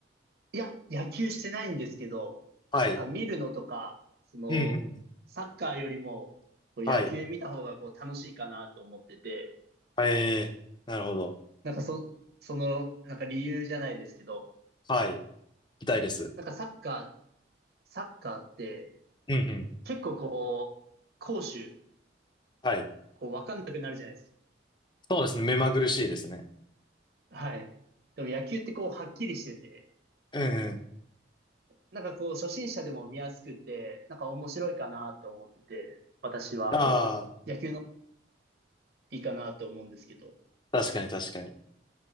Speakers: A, on the right; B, on the left.
A: いや、野球してないんですけど、
B: はい。
A: なんか見るのとか、その、
B: うんうん。
A: サッカーよりも、こう野球見た方がこう楽しいかなと思ってて、
B: はい。ええ、なるほど。
A: なんかそ、その、なんか理由じゃないですけど、
B: はい。痛いです。
A: なんかサッカー、サッカーって
B: うんうん。
A: 結構こう、攻守、
B: はい。
A: こうわかんなくなるじゃないです
B: そうですね。目まぐるしいですね。
A: か。はい。でも野球ってこうはっきりしてて、
B: うんうん。
A: なんかこう、初心者でも見やすくて、なんか面白いかなと思ってて、私はこう、
B: ああ、
A: 野球のいいかなと思うんですけど。
B: 確かに確かに。